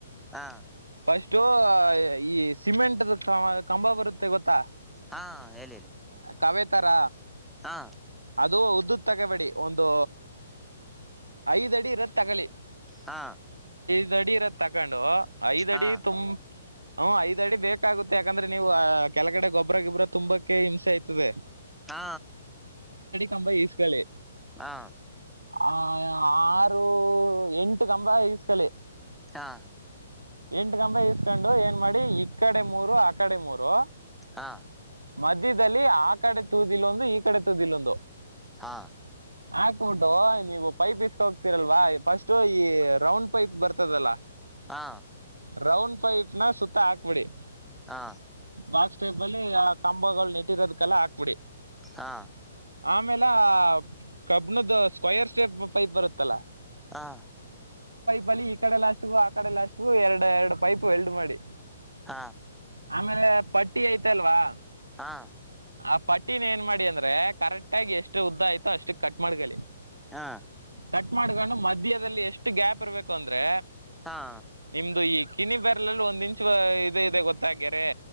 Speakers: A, in the centre; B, on the right (about 80°).
A: ಹಾ
B: ಫಸ್ಟು ಈ ಸಿಮೆಂಟ್ ದು ಕಂಬ ಬರುತ್ತೆ ಗೊತ್ತಾ.
A: ಹಾ ಹೇಳಿ ಹೇಳಿ.
B: ಕವೇತರ
A: ಹಾ
B: ಅದು ಉದ್ದದ್ ತಗಬೇಡಿ ಒಂದು ಐದ್ ಅಡಿ ಇರದ್ ತಗಳಿ.
A: ಹಾ.
B: ಐದ್ ಅಡಿ ಇರೋದ್ ತಕೊಂಡು ಐದ್
A: ಹಾ
B: ಅಡಿ ತುಂಬ್ ಹ್ಮ್ ಐದ್ ಅಡಿ ಬೇಕಾಗುತ್ತೆ ಯಾಕಂದ್ರೆ ನೀವು ಆ ಕೆಳಗಡೆ ಗೊಬ್ರ ಗಿಬ್ರ ತುಂಬಕ್ಕೆ ಹಿಂಸೆ ಆಯ್ತದೆ.
A: ಹಾ.
B: ತಂಬಾ ಈಸ್ಕಳಿ.
A: ಹಾ.
B: ಆ ಆರು ಎಂಟು ಕಂಬ ಈಸ್ಕಳಿ.
A: ಹಾ
B: ಎಂಟು ಕಂಬ ಈಸ್ ಕೊಂಡು ಏನ್ ಮಾಡಿ ಈ ಕಡೆ ಮೂರು ಆ ಕಡೆ ಮೂರು
A: ಹಾ.
B: ಮಧ್ಯದಲ್ಲಿ ಆ ಕಡೆ ತುದಿಲ್ಲೊಂದು ಈ ಕಡೆ ತುದಿಲ್ಲೊಂದು.
A: ಹಾ.
B: ಹಾಕ್ಬಿಟ್ಟು ನೀವು ಪೈಪ್ ಇಟ್ಟ್ ಹೋಗ್ತಿರಲ್ವಾ ಫಸ್ಟು ಈ ರೌಂಡ್ ಪೈಪ್ ಬರ್ತದಲ್ಲ.
A: ಹಾ.
B: ರೌಂಡ್ ಪೈಪ್ ನಾ ಸುತ್ತ ಹಾಕ್ಬಿಡಿ.
A: ಹಾ.
B: ಬಾಕ್ಸ್ಟೈಪ್ ಅಲ್ಲಿ ಆ ಕಂಬಗಳು ನೆಟ್ಟಿರೋದಕ್ಕೆಲ್ಲ ಹಾಕ್ಬಿಡಿ.
A: ಹಾ.
B: ಆಮೇಲ್ ಆ ಕಬ್ಬಿಣದ ಸ್ಕ್ವಯರ್ ಶೇಪ್ ಪೈಪ್ ಬರುತ್ತಲ್ಲ.
A: ಹಾ.
B: ಬಲಿ ಈ ಕಡೆ ಲಾಸ್ಟ್ಗೂ ಆ ಕಡೆ ಲಾಸ್ಟ್ಗೂ ಎರಡು ಎರಡು ಪೈಪ್ ವೆಲ್ಡು ಮಾಡಿ.
A: ಹಾ ಹಾ
B: ಆಮೇಲೆ ಪಟ್ಟಿ ಐತಲ್ವಾ
A: ಹಾ
B: ಆ ಪಟ್ ಟಿನ್ ಏನ್ ಮಾಡಿ ಅಂದ್ರೆ ಕರೆಕ್ಟ್ ಆಗಿ ಎಷ್ಟ್ ಉದ್ದ ಅಯ್ತೋ ಅಷ್ಟಕ್ಕ್ ಕಟ್ ಮಾಡ್ಕೊಳಿ.
A: ಹಾ
B: ಕಟ್ ಮಾಡ್ಕೊಂಡು ಮಧ್ಯದಲ್ಲಿ ಎಷ್ಟು ಗ್ಯಾಪ್ ಇರ್ಬೇಕು ಅಂದ್ರೆ.
A: ಹಾ
B: ನಿಮ್ದು ಈ ಕಿನಿ ಬೆರ್ಲಲ್ ಒಂದ್ ಇಂಚು ಇದ್ ಇದೆ ಗೊತ್ತಾ ಗೆರೆ.